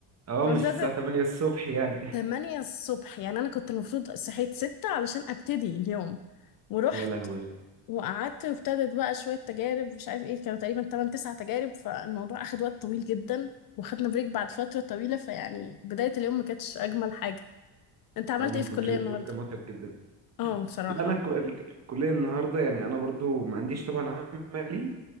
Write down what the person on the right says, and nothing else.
اه
مش الساعه 8 الصبح يعني
<laughs> يا لهوي
الم-
تلاقي
اليوم كان متعب جدا
لا انا الكو- الك- الكليه النهارده يعني انا برضو ما عنديش طبعا عملي